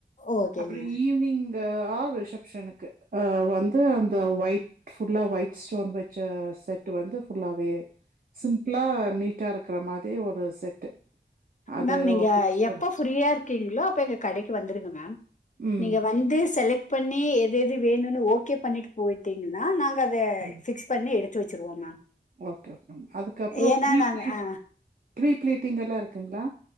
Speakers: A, on the left; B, on the right.
A: ஓகேங்க
B: அப்பறோ ஈவ்னிங் ஆ ரிசப்ஷனுக்கு அ வந்து அந்த ஒயிட் ஃபுல்லா ஒயிட் ஸ்டோன் வச்ச செட்டு வந்து ஃபுல்லாவே சிம்பிளா நீட்டா இருக்ற மாரி ஒரு செட்டு அது
A: மேம் நீங்க
B: ஃபிக்ஸ் பண்ணி
A: எப்போ ஃப்ரீயா இருக்கீங்ளோ அப்ப எங்க கடைக்கு வந்துருங்க மேம்
B: ம்,
A: நீங்க வந்து செலக்ட் பண்ணி எது எது வேணும்னு ஓகே பண்ணிட்டு போயிட்டீங்னா நாங்க அத
B: ம்.
A: பிக்ஸ் பண்ணி எடு த்து வச்சிருவோ மேம்
B: ஓகே ஓகே அதுக்கப்றோ
A: ஏன்னா
B: ப்ரீ
A: நாங்க
B: பிளீட்
A: ஆ
B: ப்ரீ பிளீட்டிங் எல்லா இருக்குங்ளா